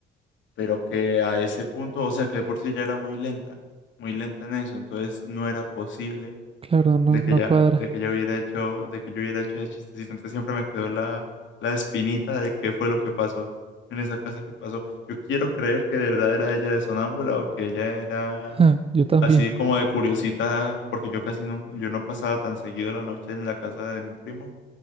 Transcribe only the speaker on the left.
pero que a ese punto, o sea, que de por sí ya era muy lenta, muy lenta en eso, entonces no era posible
de
que ya,
de que yo
hubiera hecho, de que yo hubiera hecho ese chistecito. Entonces siempre me quedó la, la espinita de qué fue lo que pasó en esa casa que pasó. Yo quiero creer que de verdad era ella de sonámbula o que ella era
Así como de curiosita, porque yo casi no, yo no pasaba tan seguido la noche en la casa de mi primo.